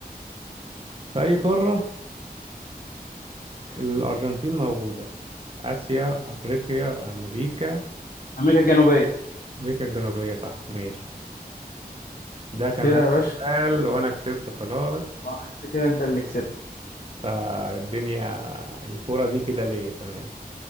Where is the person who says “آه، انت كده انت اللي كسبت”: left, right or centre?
Left